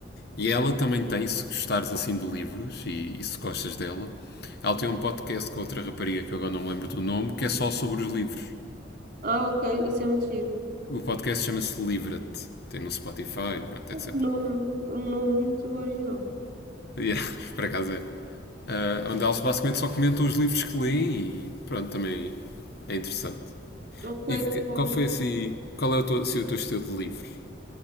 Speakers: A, on the left; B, on the right.
A: E ela também tem, se gostares assim de livros e, e se gostas dela, ela tem um podcast com outra rapariga que eu agora não me lembro do nome, que é só sobre os livros.
B: Ah, ok, isso é muito giro.
A: O podcast chama-se Livra-te. Tem no Spotify, pronto,
B: Um
A: etc.
B: nome, um nome muito original.
A: Yeah, <laughs> por acaso é. Ah, onde eles basicamente só comentam os livros que leem e pronto, também é interessante.
B: Ok,
A: E que- qual
B: Paulo.
A: foi assim. Qual é o teu, assim, o teu estilo de livros?